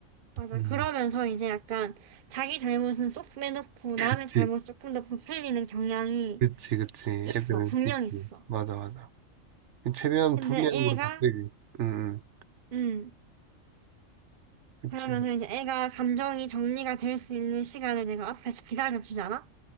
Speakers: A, on the right; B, on the right.
A: 맞아
B: 음.
A: 그러면서 이제 약간 자기 잘못은 쏙 빼놓고 남의
B: 그치,
A: 잘못 조금 더 부풀리는 경향이
B: 그치, 그치.
A: 있어,
B: 애들은
A: 분명
B: 있지.
A: 있어.
B: 맞아, 맞아. 최대한
A: 근데
B: 불리한
A: 애가,
B: 건 다 빼지. 응, 응.
A: 음,
B: 그치.
A: 그러면서 이제 애가 감정이 정리가 될 수 있는 시간을 내가 앞에서 기다려주잖아?